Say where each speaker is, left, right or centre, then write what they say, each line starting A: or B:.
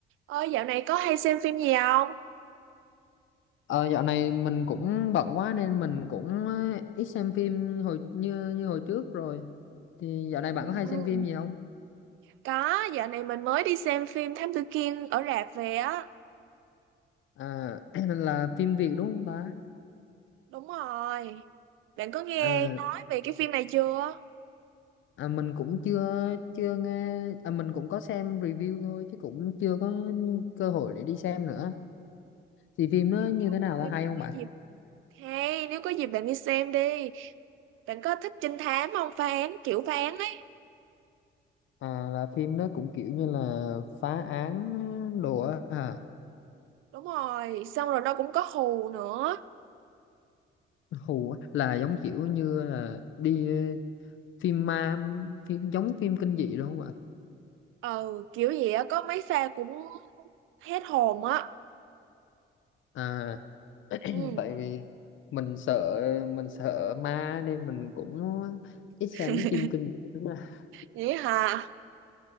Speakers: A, on the right; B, on the left.
A: Ơi dạo này có hay xem phim gì không?
B: Ờ, dạo này mình cũng bận quá nên mình cũng ờ, ít xem phim hồi như như hồi trước rồi. Thì dạo này bạn
A: Ừ,
B: có hay xem phim gì không?
A: Có, dạo này mình mới đi xem phim Thám Tử Kiên ở rạp về á.
B: À, <clears throat> là phim Việt đúng không ta?
A: Đúng rồi. Bạn có nghe
B: Ờ,
A: nói về cái phim này chưa?
B: à, mình cũng chưa chưa nghe à, mình cũng có xem review thôi chứ cũng chưa có cơ hội để đi xem nữa. Thì phim nó như
A: Trời
B: thế nào
A: ơi,
B: là hay
A: nếu
B: không
A: có
B: bạn?
A: dịp hay, nếu có dịp bạn đi xem đi. Bạn có thích trinh thám không? Phá án, kiểu phá án ấy.
B: À, là phim nó cũng kiểu như là phá án đồ á à,
A: Đúng rồi, xong rồi nó cũng có hù nữa.
B: <laughs> hù á. là giống kiểu như là đi ờ, phim ma phim giống phim kinh dị đúng không ạ?
A: Ừ, kiểu gì á, có mấy pha cũng hết hồn á.
B: À, <clears throat>
A: Ừ.
B: tại vì mình sợ mình sợ ma nên mình cũng ít xem
A: <laughs>
B: mấy phim kinh dị lắm à,
A: Vậy hả?